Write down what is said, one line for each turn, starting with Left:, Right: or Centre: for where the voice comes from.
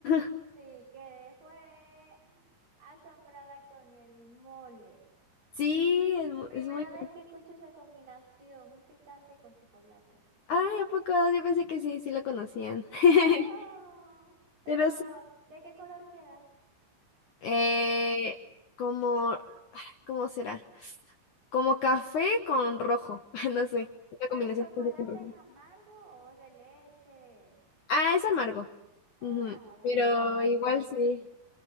Left: <laughs>
Right: sí, quedé fue asombrada con el mole.
Left: Sí, es, mu-
Right: Primera
Left: es muy...
Right: vez
Left: bueno.
Right: que escucho esa combinación, un picante con chocolate.
Left: Ay, ¿a poco? Yo pensé que sí, sí lo conocían.
Right: No,
Left: <laughs>
Right: pero
Left: Pero sí,
Right: ¿de qué color queda?
Left: eh, como... ¿Cómo será? Como café con rojo. <laughs> No
Right: Ah,
Left: sé. Una
Right: ¿pero
Left: combinación
Right: el chocolate
Left: de café con rojo.
Right: es amargo o es de leche?
Left: Ah, es amargo.
Right: Ah,
Left: Ujú,
Right: bueno,
Left: Pero
Right: ya ahí
Left: igual
Right: sí.
Left: sí.